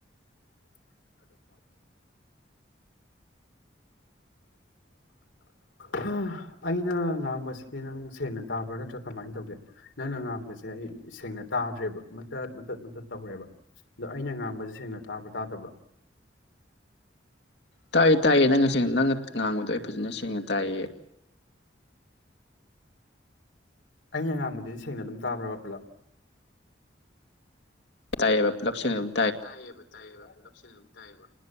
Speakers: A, on the left; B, on the left.
A: <unintelligible> ꯍꯥ ꯑꯩꯅ ꯉꯥꯡꯕꯁꯤꯗꯤ ꯅꯪ ꯁꯦꯡꯅ ꯇꯥꯕ꯭ꯔꯥ ꯅꯠꯇ꯭ꯔ ꯀꯃꯥꯏꯅ ꯇꯧꯒꯦ ꯅꯪꯅ ꯉꯥꯡꯕꯁꯦ ꯑꯩ ꯗꯤ ꯁꯦꯡꯅ ꯇꯥꯗ꯭ꯔꯦꯕ ꯃꯇꯠ ꯃꯇꯠ ꯃꯇꯠ ꯇꯧꯔꯦꯕ ꯑꯗꯣ ꯑꯩꯅ ꯉꯥꯡꯕꯁꯦ ꯁꯦꯡꯅ ꯇꯥꯕ꯭ꯔꯥ ꯇꯥꯗꯕ꯭ꯔꯥ
B: ꯇꯥꯏꯌꯦ ꯇꯥꯏꯌꯦ ꯅꯪꯅ ꯁꯦꯡ ꯅꯪꯅ ꯉꯥꯡꯕꯗꯣ ꯑꯩ ꯐꯖꯟꯅ ꯁꯦꯡꯅ ꯇꯥꯏꯌꯦ
A: ꯑꯩꯅ ꯉꯥꯡꯕꯨꯗꯤꯗꯤ ꯁꯦꯡꯅ ꯑꯗꯨꯝ ꯇꯥꯕ꯭ꯔꯕ ꯄꯨꯂꯞ
B: ꯇꯥꯢꯌꯦꯕ ꯄꯨꯂꯞ ꯁꯦꯡꯅ ꯑꯗꯨꯝ
A: ꯇꯥꯏꯌꯦꯕ ꯇꯥꯏꯌꯦꯕ ꯁꯦꯡꯅ ꯑꯗꯦꯝ ꯇꯥꯌꯦꯕ